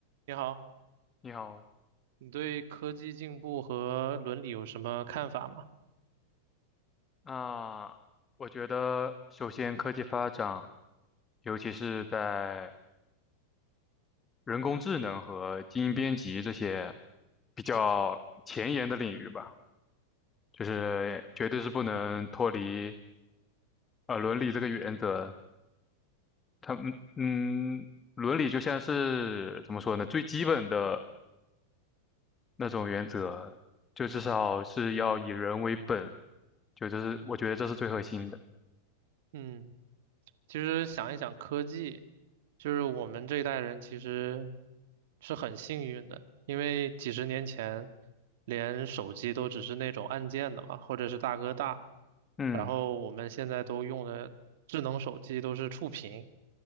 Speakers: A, on the right; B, on the left.
A: 你好，
B: 你好，
A: 你对科技进步和伦理有什么看法吗？
B: 那我觉得首先科技发展，尤其是在人工智能和基因编辑这些比较前沿的领域吧，就是绝对是不能脱离呃伦理这个原则。他们嗯，伦理就像是怎么说呢，最基本的那种原则，就至少是要以人为本，就这是我觉得这是最核心的。
A: 嗯，其实想一想，科技就是我们这一代人其实是很幸运的，因为几十年前连手机都只是那种按键的嘛，或者是大哥大，
B: 嗯。
A: 然后我们现在都用的智能手机都是触屏，